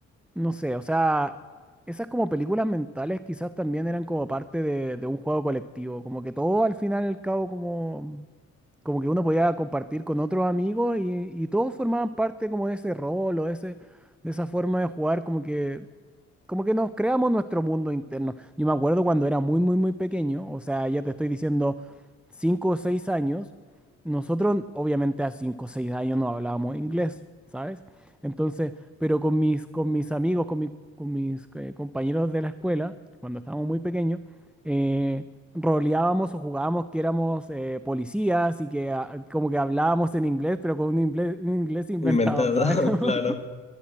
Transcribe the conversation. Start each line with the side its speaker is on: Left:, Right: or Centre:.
Centre: no sé, o sea, esas como películas mentales quizás también eran como parte de, de un juego colectivo, como que todo al final y al cabo como como que uno podía compartir con otros amigos y, y todos formaban parte como de ese rol o de ese, de esa forma de jugar, como que como que nos creamos nuestro mundo interno. Yo me acuerdo cuando era muy, muy, muy pequeño, o sea, ya te estoy diciendo 5 o 6 años, nosotros obviamente a 5 o 6 años no hablábamos inglés, ¿sabes? Entonces, pero con mis, con mis amigos, con, mi- con mis eh, compañeros de la escuela, cuando estábamos muy pequeños, eh, roleábamos o jugábamos que éramos eh, policías y que ah, como que hablábamos en inglés, pero con un inglés, un inglés inventado,
Left: inventada,
Centre: ¿sabes?
Left: <laughs> claro.
Centre: <laughs>